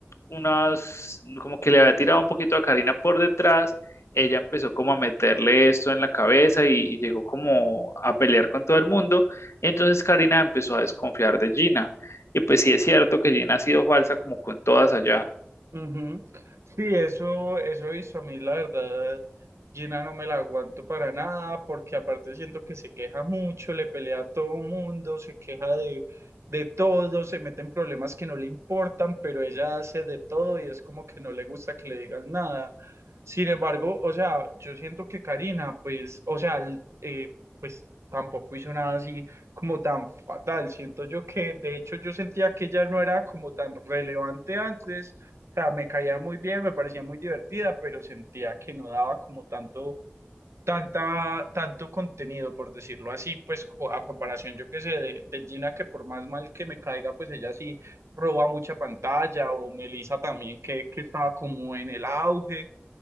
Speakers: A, on the left (about 85°); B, on the right (about 85°).
A: unas, como que le había tirado un poquito a Karina por detrás, ella empezó como a meterle esto en la cabeza y, y llegó como a pelear con todo el mundo, entonces Karina empezó a desconfiar de Gina, y pues sí es cierto que Gina ha sido falsa como con todas allá,
B: Ujú. Sí, eso, eso he visto a mí, la verdad. Gina no me la aguanto para nada, porque aparte siento que se queja mucho, le pelea a todo mundo, se queja de, de todo, se mete en problemas que no le importan, pero ella hace de todo y es como que no le gusta que le digan nada. Sin embargo, o sea, yo siento que Karina, pues, o sea, l- eh, pues tampoco hizo nada así como tan fatal. Siento yo que, de hecho, yo sentía que ella no era como tan relevante antes sea, me caía muy bien, me parecía muy divertida, pero sentía que no daba como tanto, tanta, tanto contenido, por decirlo así, pues co- a comparación, yo qué sé, de, de Gina, que por más mal que me caiga, pues ella sí roba mucha pantalla, o Melissa también, que, que estaba como en el auge,